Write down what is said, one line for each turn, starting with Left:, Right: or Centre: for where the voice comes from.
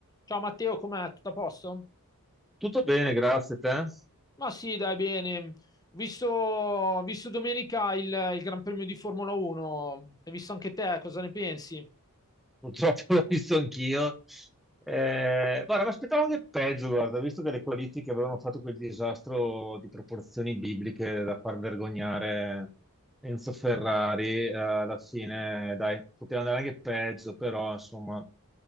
Left: Ciao Matteo, com'è? Tutto a posto?
Centre: Tutto bene, grazie a te.
Left: Ma sì, dai, bene. Ho visto, ho visto domenica il, il Gran Premio di Formula 1. Hai visto anche te, cosa ne pensi?
Centre: Purtroppo <laughs> l'ho visto anch'io. Eh, guarda, mi aspettavo anche peggio, guarda, visto che le qualifiche avevano fatto quel disastro di proporzioni bibliche da far vergognare Enzo Ferrari, eh, alla fine, dai, poteva andare anche peggio, però insomma,